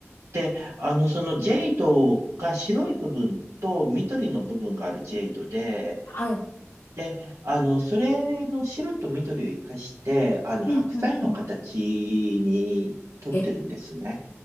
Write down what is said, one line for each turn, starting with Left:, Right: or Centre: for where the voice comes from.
Right: で、あの、そのジェイドが白い部分と緑の部分があるジェイドで、
Left: はい。
Right: で、あの、それの白と緑を生かして、あの、白菜の形に取ってるんですね。
Left: うん、うん、うん。え